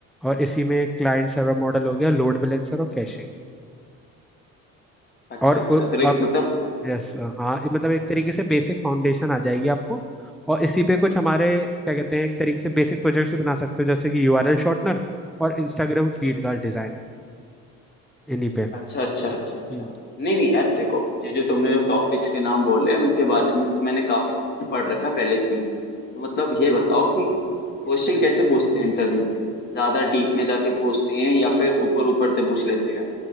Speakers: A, in the centre; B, on the left.
A: और इसी में क्लाइंट सर्वर मॉडल हो गया लोड बैलेंसर और कैशिंग
B: अच्छा
A: और
B: अच्छा
A: उ-
B: तो लाइक
A: अब
B: मतलब
A: यस हाँ ये मतलब एक तरीके से बेसिक फाउंडेशन आ जाएगी आपको और इसी पे कुछ हमारे क्या कहते हैं एक तरीके से बेसिक प्रोजेक्ट्स भी बना सकते हो जैसे कि यूआरएल शॉर्टनर और इंस्टाग्राम फीड का डिजाइन इन्हीं पे
B: अच्छा अच्छा अच्छा अच्छा
A: हम्म
B: नहीं नहीं यार देखो ये जो तुमने जो टॉपिक्स के नाम बोले उनके बारे में तो मैंने काफी पढ़ रखा है पहले से ही तो मतलब ये बताओ कि क्वेश्चन
A: हम्म
B: कैसे पूछते हैं इंटरव्यू में ज्यादा डीप में जाके पूछते हैं या फिर ऊपर ऊपर से पूछ लेते हैं